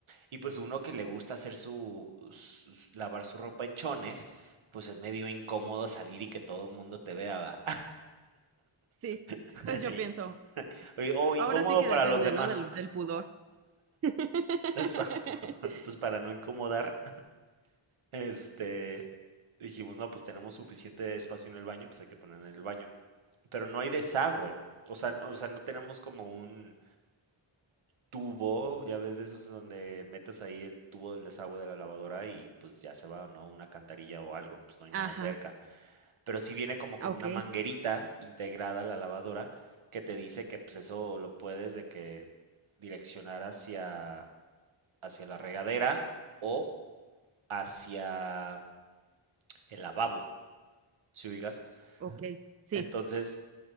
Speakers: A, on the right; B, on the right.
A: Y pues uno que le gusta hacer su, sus- lavar su ropa en chones, pues es medio incómodo salir y que todo el mundo te vea. ¿va?
B: Sí,
A: <laughs>
B: pues yo
A: Y-
B: pienso,
A: O incómodo
B: ahora sí que
A: para
B: depende,
A: los demás.
B: ¿no? Del,
A: <laughs>
B: del pudor. <laughs>
A: Exacto. <laughs> Entonces, para no incomodar, este, dijimos, no, pues tenemos suficiente espacio en el baño, pues hay que poner en el baño. Pero no hay desagüe. O sea, o sea, no tenemos como un tubo, ya ves de esos donde metes ahí el tubo del desagüe de la lavadora y pues ya se va, ¿no? Una cantarilla o algo, pues no hay
B: Ajá,
A: nada cerca. Pero sí viene como con
B: ok,
A: una manguerita integrada a la lavadora que te dice que pues eso lo puedes de que direccionar hacia, hacia la regadera o hacia el lavabo, si ubicas.
B: ok. Sí.
A: Entonces,